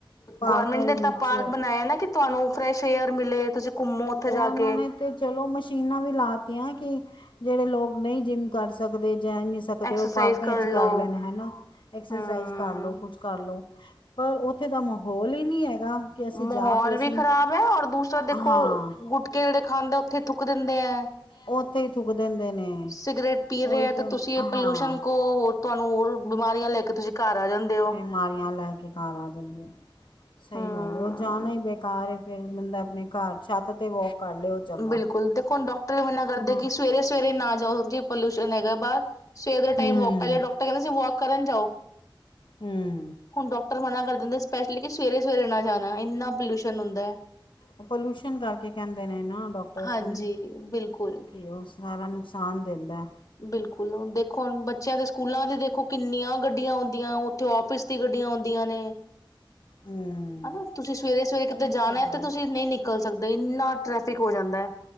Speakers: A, on the left; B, on the left.
A: ਪਾਰਕਾਂ
B: ਗੌਰਰਮੈਂਟ
A: ਦੇ
B: ਨੇ
A: ਵਿੱਚ
B: ਤਾਂ ਪਾਰਕ ਬਣਾਇਆ ਨਾ ਕਿ ਤੁਹਾਨੂੰ ਫਰੈਸ਼ ਏਅਰ ਮਿਲੇ। ਤੁਸੀਂ ਘੁੰਮੋ ਉੱਥੇ
A: ਉਹ
B: ਜਾ
A: ਉਹਨਾਂ
B: ਕੇ
A: ਨੇ। ਤੇ ਚਲੋ ਮਸ਼ੀਨਾਂ ਵੀ ਲਾਤੀਆਂ ਕਿ ਜਿਹੜੇ ਲੋਕ ਨਹੀਂ ਜਿੰਮ ਕਰ ਸਕਦੇ। ਜਮ ਸਕਦੇ
B: ਐਕਸਰਸਾਈਜ਼
A: ਹੋ ਪਾਰਕਾਂ ਵਿੱਚ
B: ਲੋ
A: ਕਰ ਲੈਣ ਹਨਾ ਐਕਸਰਸਾਈਜ਼
B: ਹਮ
A: ਕਰ ਲਓ। ਕੁਛ ਕਰ ਲਉ। ਪਰ ਉੱਥੇ ਦਾ ਮਾਹੌਲ ਹੀ ਨਹੀਂ ਹੈਗਾ। ਕਿ ਅਸੀਂ ਜਾ
B: ਮਾਹੌਲ
A: ਕੇ ਅਸੀਂ
B: ਵੀ ਖਰਾਬ ਐ ਔਰ ਦੂਸਰਾ ਦੇਖੋ
A: ਹਾਂ
B: ਗੁਟਕੇ ਜਿਹੜੇ ਖਾਂਦੇ ਓਥੀ ਥੁੱਕ ਦਿੰਦੇ ਐ।
A: ਉਹ ਉੱਥੇ ਹੀ ਥੁੱਕ ਦਿੰਦੇ ਨੇ
B: ਸਿਗਰਟ ਪੀ
A: ਉਹੀ
B: ਰਹੇ ਹੈ
A: ਤੇ
B: ਤੁਸੀਂ
A: ਹਾਂ।
B: ਪੋਲਿਊਸ਼ਨ ਕੋ ਹੋਰ ਤੁਹਾਨੂੰ ਹੋਰ ਬਿਮਾਰੀਆਂ ਲੈ ਕੇ ਤੁਸੀਂ ਘਰ ਆ ਜਾਂਦੇ। ਹੋ
A: ਬਿਮਾਰੀਆਂ ਲੈ ਕੇ ਘਰ ਆ ਦਿੰਦੇ ਸਹੀ
B: ਹਮ
A: ਗੱਲ ਹੈ। ਉਹ ਜਾਣਾ ਹੀ ਬੇਕਾਰ ਏ ਫੇਰ ਬੰਦਾ ਆਪਣੇ ਘਰ ਛੱਤ ਤੇ ਵੋਕ ਕਰ ਲਏ। ਚੰਗਾ
B: ਬਿਲਕੁਲ ਦੇਖੋ ਹੁਣ ਡਾਕਟਰ ਵੀ ਮੰਨਾ ਕਰਦੇ
A: ਹੈ ਨਾ
B: ਕਿ ਸਵੇਰੇ ਸਵੇਰੇ ਨਾ ਜਾਓ ਕਿ ਪੋਲਿਊਸ਼ਨ ਹੈਗਾ ਬਾਹਰ। ਸਵੇਰ ਦੇ
A: ਹਮ
B: ਟਾਈਮ ਵੋਕ ਪਹਿਲੇ ਡਾਕਟਰ ਕਹਿਦੇ ਸੀ ਵੋਕ ਕਰਨ ਜਾਓ।
A: ਹਮ।
B: ਹੁਣ ਡਾਕਟਰ ਮਨਾ ਕਰ ਦਿੰਦੇ ਸਪੈਸ਼ਲੀ ਕਿ ਸਵੇਰੇ -ਸਵੇਰੇ ਨਾ ਜਾਣਾ ਇੰਨਾ ਪੋਲਿਊਸ਼ਨ ਹੁੰਦਾ ਹੈ।
A: ਉਹ ਪੋਲਿਊਸ਼ਨ ਕਰਕੇ ਕਹਿੰਦੇ ਨੇ ਨਾ ਡੋਕਟਰਸ
B: ਹਾਂਜੀ
A: ਵੀ,
B: ਬਿਲਕੁਲ।
A: ਕੀ ਉਹ ਸਾਰਾ ਨੁਕਸਾਨ ਦਿੰਦਾ
B: ਬਿਲਕੁਲ, ਦੇਖੋ ਹੁਣ ਬੱਚਿਆਂ ਦੇ ਸਕੂਲਾਂ ਦੀ ਦੇਖੋ ਕਿੰਨੀਆਂ ਗੱਡੀਆਂ ਹੁੰਦੀਆਂ, ਉਥੇ ਆਫਿਸ ਦੀ ਗੱਡੀਆਂ ਹੁੰਦੀਆਂ ਨੇ
A: ਹਮ
B: ਹਨਾ, ਤੁਸੀ ਸਵੇਰੇ- ਸਵੇਰੇ ਕਿਤੇ
A: ਉਹੀ
B: ਜਾਣਾ
A: ਤਾਂ ਗੱਲ
B: ਤੇ ਤੁਸੀ
A: ਹੈ,
B: ਨਹੀ ਨਿਕਲ ਸਕਦੇ ਇੰਨਾ ਟਰੈਫਿਕ ਹੋ ਜਾਂਦਾ